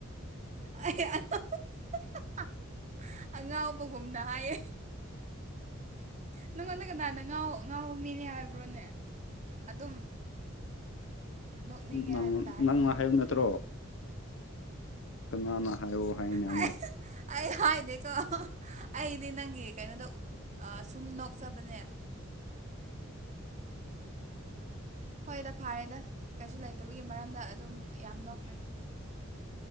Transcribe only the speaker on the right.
ꯑ <unintelligible> ꯑꯉꯥꯎꯕꯒꯨꯝꯅ ꯍꯥꯏꯌꯦ ꯅꯪꯉꯣꯟꯗ ꯀꯅꯥꯅ ꯉꯥꯎ ꯉꯥꯎꯕ ꯃꯤꯅꯦ ꯍꯥꯏꯕ꯭ꯔꯣꯅꯦ ꯑꯗꯨꯝ ꯅꯣꯛꯅꯤꯡꯉꯦ
ꯍꯥꯏꯕ ꯇꯥꯔꯦꯗ
ꯑ
<unintelligible> ꯑꯩ ꯍꯥꯏꯗꯦꯀꯣ ꯑꯩꯗꯤ ꯅꯪꯒꯤ ꯀꯩꯅꯣꯗ ꯁꯨꯝ ꯅꯣꯛꯆꯕꯅꯦ ꯍꯣꯏꯗ ꯐꯥꯔꯦꯗ ꯀꯩꯁꯨ ꯂꯩꯇꯕꯒꯤ ꯃꯔꯝꯗ ꯑꯗꯨꯝ ꯌꯥꯝ ꯅꯣꯛꯈ꯭ꯔꯦ